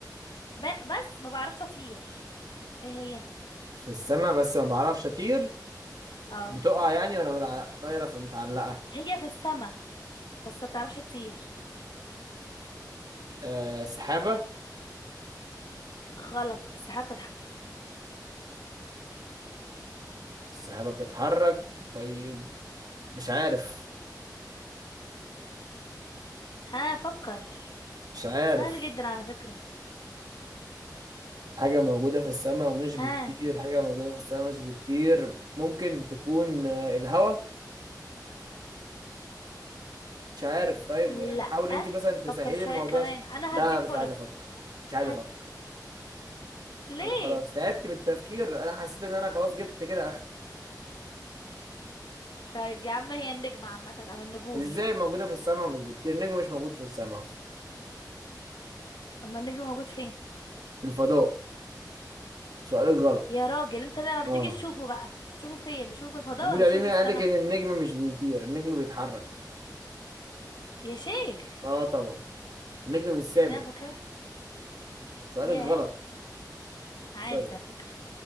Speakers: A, on the left; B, on the right.
A: ب... بس ما بعرفش أطير إيه هي
B: في السماء بس ما بعرفش اطير
A: اه
B: بتقع يعني وانا متع... طايره في متعلقه
A: هي في السما بس ما بتعرفش تطير
B: آه سحابه
A: غلط السحاب بتتحرك
B: السحابه بتتحرك طيب مش عارف
A: ها فكر
B: مش عارف
A: سهل جدا على فكرة
B: حاجه موجوده في السماء ومش
A: ها
B: بتطير حاجه موجوده في السماء مش بتطير ممكن تكون آه الهوا مش عارف طيب
A: لأ
B: يعني حاول انت مثلا تسهلي
A: فكر شوية
B: الموضوع
A: كمان
B: ش...
A: أنا
B: لا
A: هديك
B: مش
A: فرص
B: عايز افكر مش عايز
A: هد...
B: افكر
A: ليه؟
B: انا خلاص تعبت من التفكير انا حسيت ان انا خلاص جبت كده اخر
A: طيب يا عم هي النجمة عامة أو النجوم
B: ازاي
A: يعني
B: موجوده في السماء ومش بتطير نجم مش موجود في السماء اصلا
A: أما النجم موجود فين؟
B: في الفضاء سؤال غلط
A: يا راجل أنت لما بتيجي
B: اه
A: تشوفه بقى بتشوفه فين؟ بتشوفه في الفضاء
B: مفيش
A: ولا بتشوفه
B: عليه مين
A: في
B: قال
A: السما؟
B: لك ان النجم مش بيطير النجم بيتحرك
A: يا شيخ
B: اه طبعا النجم مش ثابت
A: دي أنا فاكرة
B: سؤالك
A: ياه
B: غلط
A: عادي
B: سوري
A: على فكرة